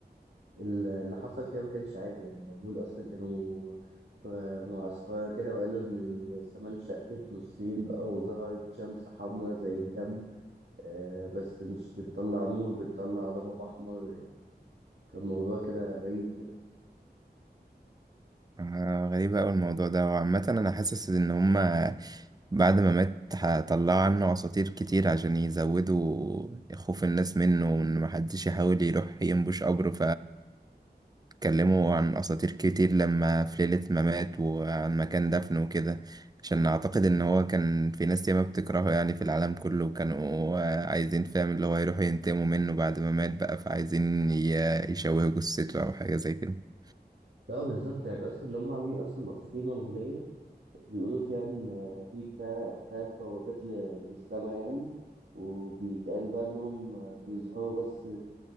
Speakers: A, on the right; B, on the right.
A: اللي حصل فيها ما كانش عادي يعني المغول أصلا كانوا في معسكرة كده وقالوا إن السماء انشقت نصين بقى وظهرت شمس حمراء زي الدم آه بس مش بتطلع نور بتطلع ضباب أحمر يعني كان موضوع كده غريب كده
B: آه، غريبة أوي الموضوع ده وعامة أنا حاسس إن هما بعد ما مات هطلعوا عنه أساطير كتير عشان يزودوا خوف الناس منه وإن محدش يحاول يروح ينبش قبره اتكلموا عن أساطير كتير لما في ليلة ما مات وعن مكان دفنه وكده عشان أعتقد إن هو كان في ناس ياما بتكرهه يعني في العالم كله وكانوا آه، عايزين فاهم اللي هو يروحوا ينتقموا منه بعد ما مات بقى فعايزين ي- يشوهوا جثته أو حاجة زي كده
A: لا بالظبط يعني أصلا اللي هم عاملين أصلا أفريقيا منغولية بيقولوا فيها إن آه، في تا- تلات بوابات للسماء يعني وبيتقال بقى إنهم آه، بيظهروا بس